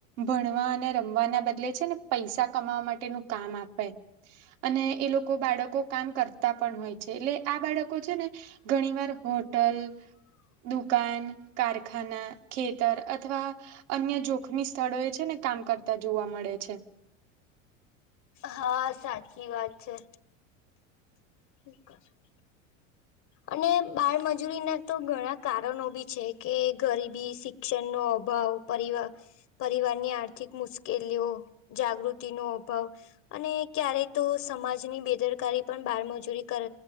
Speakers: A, on the right; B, on the left.
A: ભણવા અને રમવાના બદલે છે ને પૈસા કમાવા માટેનું કામ આપે અને એ લોકો બાળકો કામ કરતા પણ હોય છે એટલે આ બાળકો છે ને ઘણી વાર હોટલ દુકાન, કારખાના, ખેતર અથવા અન્ય જોખમી સ્થળો એ છે ને કામ કરતા જોવા મળે છે.
B: હા, સાચી વાત છે. <inaudible> અને બાળમજૂરી ના તો ઘણા કારનો બી છે કે ગરીબી, સિક્ ક્ષનનો અભાવ પરિવ પરિવારની આર્થિક મુશ્કેલીઓ, જાગૃતિનો અભાવ અને ક્યારે તો સમાજની બેદરકારી પણ બાળમજૂરી કર